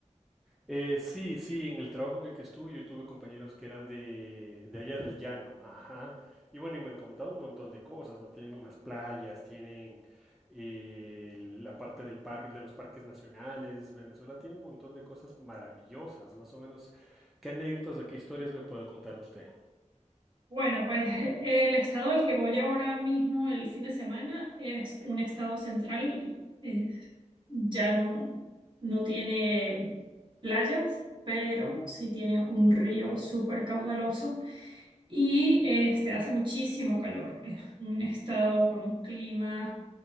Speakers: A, in the centre; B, on the right.
A: Eh, sí, sí, en el trabajo en el que estuve yo tuve compañeros que eran de, de allá del llano, ajá. Y bueno, y me han contado un montón de cosas, ¿no? Tienen unas playas, tienen eh, la parte del parque, de los parques nacionales. Venezuela tiene un montón de cosas maravillosas, más o menos. ¿Qué anécdotas o qué historias me puede contar usted?
B: Bueno, pues <laughs> el estado al que voy ahora mismo el fin de semana es un estado central, Es ya no, no tiene playas, pero sí tiene un río súper caudaloso y este, hace muchísimo calor. Es un estado con un clima